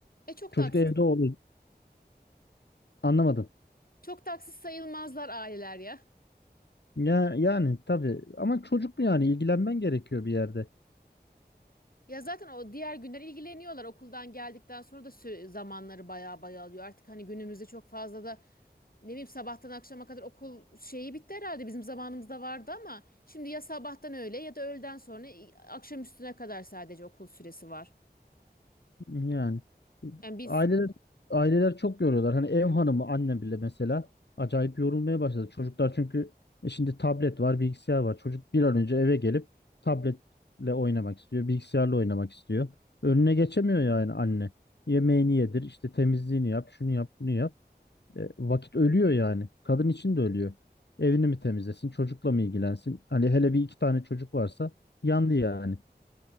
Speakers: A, on the left; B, on the left.
A: E çok
B: Çocuk
A: taksız
B: evde olur anlamadım.
A: çok taksız sayılmazlar aileler ya.
B: Ya yani tabii ama çocuk mu yani ilgilenmen gerekiyor bir yerde.
A: Ya zaten o diğer günler ilgileniyorlar. Okuldan geldikten sonra da sü- zamanları baya baya alıyor. Artık hani günümüzde çok fazla da ne bileyim sabahtan akşama kadar okul şeyi bitti herhalde. Bizim zamanımızda vardı ama şimdi ya sabahtan öğle ya da öğleden sonra i- akşam üstüne kadar sadece okul süresi var.
B: Yani
A: Yani biz
B: aileler aileler çok yoruyorlar. Hani ev hanımı annem bile mesela acayip yorulmaya başladı. Çocuklar çünkü e, şimdi tablet var, bilgisayar var. Çocuk bir an önce eve gelip tabletle oynamak istiyor, bilgisayarla oynamak istiyor. Önüne geçemiyor yani anne. Yemeğini yedir, işte temizliğini yap, şunu yap, bunu yap. E, vakit ölüyor yani. Kadın için de ölüyor. Evini mi temizlesin, çocukla mı ilgilensin? Hani hele bir iki tane çocuk varsa yandı yani.